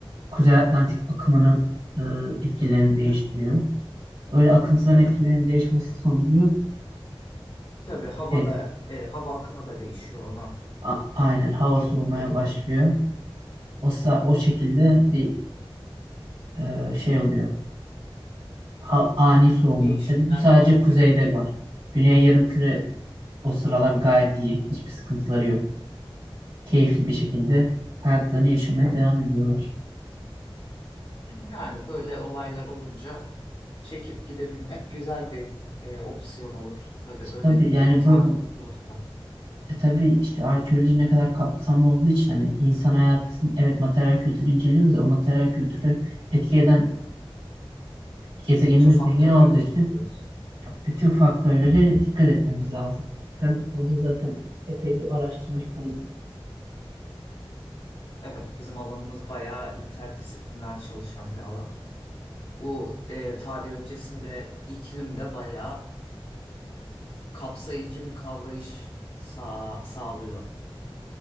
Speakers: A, on the right; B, on the left.
A: Kuzey Atlantik akımının e, etkilerini
B: Hı hı.
A: değiştiriyor. Öyle akıntıların etkilerinin değişmesi sonucu
B: Tabii havada,
A: şey
B: e, hava akımı da değişiyor ona.
A: a- aynen hava
B: uyumlu
A: soğumaya
B: olarak
A: başlıyor. O sa- o şekilde bir e, şey oluyor. Ha- ani soğuma.
B: değişimler
A: Tabii bu sadece
B: başlıyor.
A: kuzeyde var. Güney yarımküre o sıralar gayet iyi. Hiçbir sıkıntıları yok. Keyifli bir şekilde hayatlarını yaşamaya devam ediyorlar.
B: Yani böyle olaylar olunca çekip gidebilmek güzel bir e, opsiyon olur. Tabii öyle
A: Tabii
B: bir
A: yani
B: imkan
A: bu
B: olursa.
A: E tabii işte arkeoloji ne kadar kapsamlı olduğu için hani insan hayatın evet materyal kültürü inceliyoruz ya, o materyal kültürü etki eden gezegenimiz
B: Bütün faktörleri
A: dünya olduğu
B: de
A: için
B: inceliyoruz.
A: bütün faktörlere dikkat etmemiz lazım. Sen bu konuda zaten epey bir araştırmış birisin.
B: Evet, bizim alanımız bayağı interdisipliner çalışan bir alan. Bu e, tarih öncesinde iklim de bayağı kapsayıcı bir kavrayış sağ, sağlıyor.